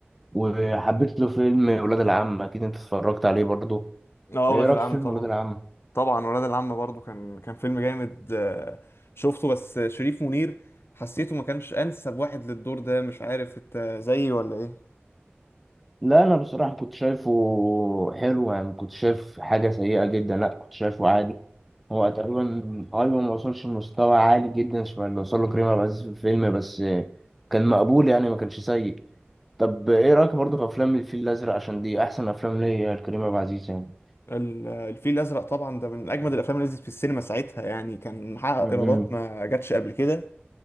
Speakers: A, in the centre; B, on the left (about 70°).
A: وحبيت له فيلم ولاد العم اكيد انت اتفرجت عليه برضه
B: اه
A: ايه
B: ولاد
A: رايك
B: العم
A: في فيلم
B: طبعا
A: ولاد العم
B: طبعا ولاد العم برضو كان كان فيلم جامد آه، شفته بس شريف منير حسيته ما كانش انسب واحد للدور ده مش عارف انت زيي ولا ايه
A: لا انا بصراحه كنت شايفه حلو يعني ما كنت شايف حاجه سيئه جدا لا كنت شايفه عادي هو تقريبا ايوه ما وصلش لمستوى عالي جدا شبه اللي وصل له كريم عبد العزيز في الفيلم بس كان مقبول يعني ما كانش سيء طب ايه رايك برضه في افلام الفيل الازرق عشان دي احسن افلام ليا لكريم عبد العزيز يعني
B: ال- الفيل الازرق طبعا ده من اجمد الافلام اللي نزلت في السينما ساعتها يعني كان محقق
A: م- م.
B: ايرادات ما جاتش قبل كده